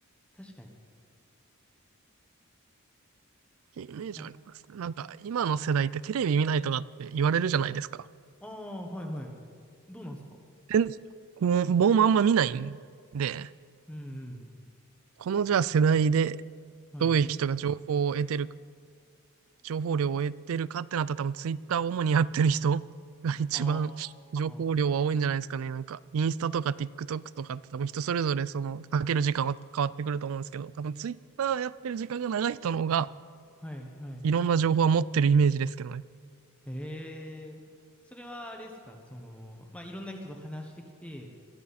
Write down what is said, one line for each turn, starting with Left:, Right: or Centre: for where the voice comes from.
Centre: 確かに。
Right: イメージはありますね。
Centre: あ、す
Right: なんか、今の世代ってテレビ見ないとかって言われるじゃないですか。
Centre: あー、はいはい。どうなんですか
Right: で、こう僕もあんま見ないんで、
Centre: うんうん。
Right: このじゃあ世代で
Centre: はい。
Right: どういう人が情報を得てる情報量を得てるかってなったら多分ツイッターを主にやってる人 <laughs> が一番情報量は多いんじゃないですかね。
Centre: あー、
Right: なんか、インスタとか TikTok とかって多分人それぞれその、かける時間は変わってくると思うんですけど、多分ツイッターやってる時間が長い人の方が、
Centre: はいはい。
Right: いろんな情報は持ってるイメージですけどね。
Centre: へえ。それはあれですかその、まあ、いろんな人と話してきて、